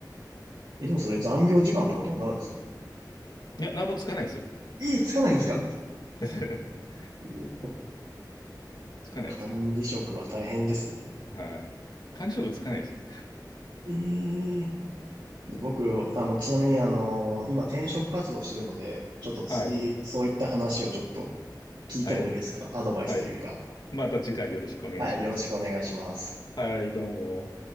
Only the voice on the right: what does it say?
え、でもそれ残業時間とかどうなるんですか
えーつかないんですか
おお
管理職は大変ですね。
えーで僕、あの、ちなみにあの、今転職活動してるので、ちょっと次、
そういった話をちょっと聞いてもいいですかアドバイスというか。
はい、よろしくお願いします。